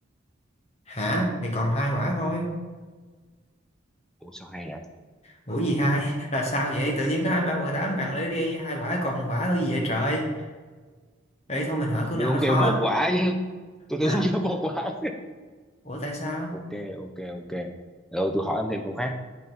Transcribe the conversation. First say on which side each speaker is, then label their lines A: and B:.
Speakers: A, on the left; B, in the centre.
A: hả thì còn hai quả thôi
B: ủa sao hay vậy
A: ủa gì hai <laughs> là sao vậy tự nhiên có hai ba quả tám bạn lấy đi hai quả còn quả là gì vậy trời ấy thôi mình hỏi câu
B: tôi
A: nào
B: không
A: nó khó
B: kêu một quả chứ tôi
A: hả
B: tưởng không kêu một quả
A: ủa tại sao
B: ok ok ok rồi tôi hỏi em thêm câu khác